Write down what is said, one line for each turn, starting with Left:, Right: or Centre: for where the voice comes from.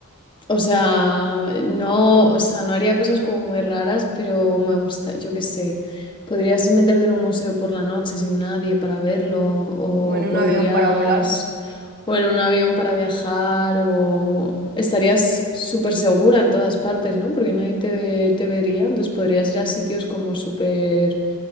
Left: O sea, no, o sea, no haría cosas como muy raras, pero me gusta, yo qué sé. Podrías meterte en un museo por la noche sin nadie para verlo, o
Right: Bueno, un
Left: podrías,
Right: avión para volar.
Left: o en un avión para viajar, o estarías súper segura en todas partes, ¿no? Porque nadie te, ve- te vería, entonces podrías ir a sitios como súper,